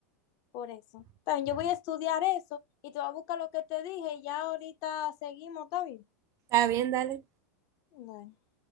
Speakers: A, on the left; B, on the right.
A: por eso. Está bien, yo voy a estudiar eso y te voy a buscar lo que te dije y ya ahorita seguimos, ¿está bien?
B: Está bien, dale.
A: Bueno.